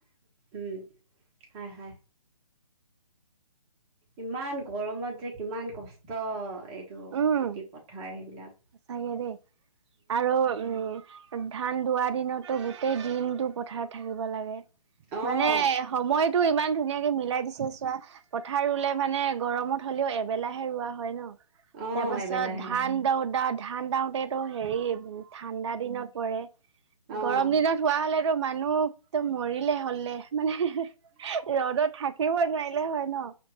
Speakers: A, on the right (about 20°); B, on the right (about 50°).
A: উম। হয়, হয়। ইমান গৰমত যে, কিমান কষ্ট টো
B: উম,
A: খেতি পথাৰ সেইবিলাক
B: সঁচাকে দেই। আৰু উম, ধান দোৱা দিনতো গোটেই দিনতটো পথাৰত থাকিব লাগে।
A: অঁ
B: মানে সময়টো ইমান ধুনীয়াকে মিলাই দিছে চোৱা, পথাৰ ৰুলে মানে গৰমত হ'লেও এবেলাহে ৰোৱা হয় ন'।
A: অঁ
B: তাৰপাছত,
A: এবেলাহে
B: ধান দওঁ দা ধান দাওতেটো হেৰি ঠাণ্ডা দিনত পৰে।
A: অঁ
B: গৰম দিনত হোৱা হ'লেতো মানুহ একদম মৰিলে হ'লে। মানে ৰ'দত থাকিব নোৱাৰিলে হয় ন'।